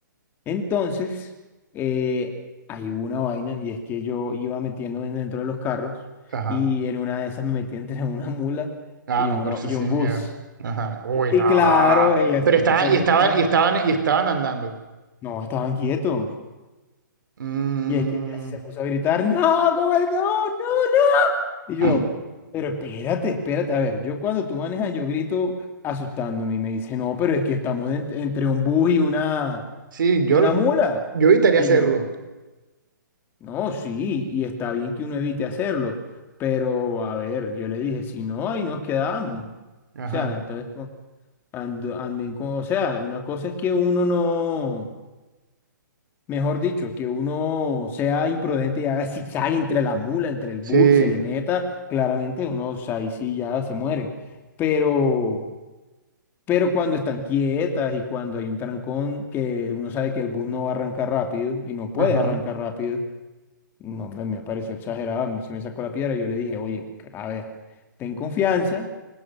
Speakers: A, on the left; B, on the right.
A: Entonces, eh, hay una vaina y es que yo iba metiéndome dentro de los carros
B: Ajá.
A: y en una de esas me metí entre una mula
B: Ah,
A: y,
B: no,
A: una,
B: pero eso
A: y
B: sí
A: un
B: miedo.
A: bus.
B: Ajá. Uy,
A: Y,
B: no.
A: y claro, ella
B: Pero
A: se
B: estaban,
A: puso a gritar,
B: y estaban, y estaban, y estaban andando.
A: no, estaban quietos.
B: Mm.
A: Y es que ella se puso a gritar, no, ¿cómo es? No, no. Y yo,
B: <clears throat>
A: pero espérate, espérate. A ver, yo cuando tú manejas, yo grito asustándome y me dice, no, pero es que estamos en- entre un bus y una,
B: Sí, yo,
A: y una mula.
B: yo evitaría
A: Y
B: hacerlo.
A: yo, no, sí, y está bien que uno evite hacerlo, pero a ver, yo le dije, si no, ahí nos quedamos. O
B: Ajá.
A: sea, entonces, co- and- anden con, o sea, una cosa es que uno no. Mejor dicho, que uno sea imprudente y haga zigzag entre la mula, entre el bus
B: Sí.
A: y se le meta, claramente uno o sea, ahí sí ya se muere. Pero, pero cuando están quietas y cuando hay un trancón que uno sabe que el bus no va a arrancar rápido y no puede
B: Ajá.
A: arrancar rápido, no, me, me pareció exagerado. A mí sí me sacó la piedra. Yo le dije, oye, a ver, ten confianza